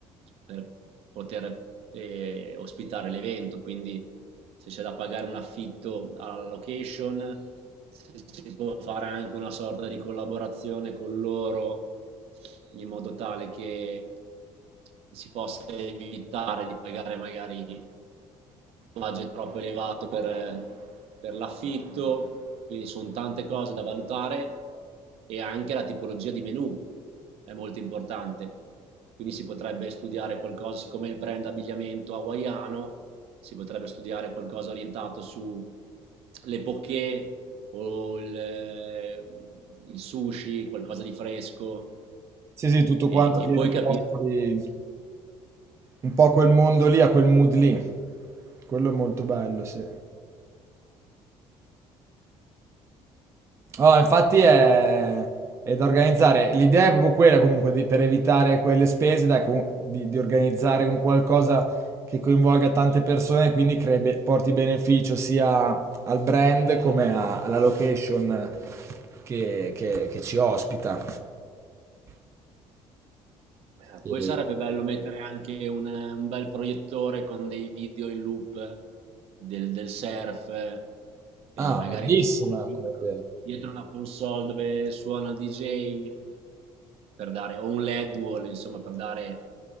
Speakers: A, on the right (about 65°); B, on the right (about 25°).
A: per poter eh, ospitare l'evento, quindi se c'è da pagare un affitto alla location, se si può fare anche una sorta di collaborazione con loro in modo tale che si possa evitare di pagare magari budget troppo elevato per, per l'affitto, quindi sono tante cose da valutare e anche la tipologia di menu è molto importante. Quindi si potrebbe studiare qualcosa, siccome il brand abbigliamento hawaiano, si potrebbe studiare qualcosa orientato sulle poké o il, eh, il sushi, qualcosa di fresco
B: Sì, sì, tutto
A: e,
B: quanto
A: e
B: ti
A: poi
B: riporti
A: capire
B: un po' a quel mondo lì, a quel mood lì. Quello è molto bello, sì. Oh, infatti è, è da organizzare. L'idea è proprio quella comunque di- per evitare quelle spese, dai, comu- di, di organizzare un qualcosa che coinvolga tante persone e quindi crei be- porti beneficio sia al brand come a- alla location che, che- che ci ospita.
A: Eh,
B: E-
A: Poi sarebbe bello mettere anche un, un bel proiettore con dei video in loop del, del surf eh, e
B: Ah,
A: magari
B: bellissima
A: dietro, dietro-
B: come idea.
A: dietro una console dove suona il DJ per dare, o un LED wall, insomma, per dare